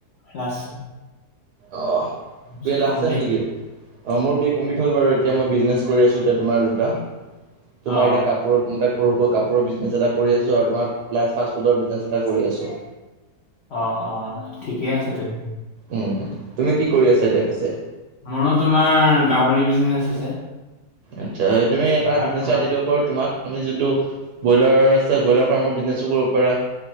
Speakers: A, on the left (about 65°); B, on the right (about 80°).
A: লাষ্ট।
B: অ',
A: পিছত
B: বি এ লাষ্ট
A: কমপ্লিট
B: চেম নেকি, অ' মোৰ বি এ কমপ্লিট হ'ল বাৰু এ এতিয়া মই বিজনেছ কৰি আছো এতিয়া তোমাৰ দুটা, তোমাৰ
A: অ
B: এতিয়া কাপোৰৰ সৰুকৈ কাপোৰৰ বিজনেছ এটা কৰি আছোঁ, আৰু তোমাৰ প্লাছ ফাষ্টফুডৰ বিজনেছ এটা কৰি আছোঁ।
A: অ', অ', ঠিকেই আছে তেন
B: উম, তুমি কি কৰি আছা এতিয়া পিছে?
A: মোৰো তোমাৰ গাহৰি বিজনেচ আছে।
B: আচ্ছা, তুমি এটা
A: আৰু
B: বিজনেছৰ
A: তোমাৰ
B: আইডিয়া দিব তোমাক তুমি যোনটো ব্ৰইলাৰ আছে, ব্ৰইলাৰ ফাৰ্মৰ বিজনেচো কৰিব পাৰা।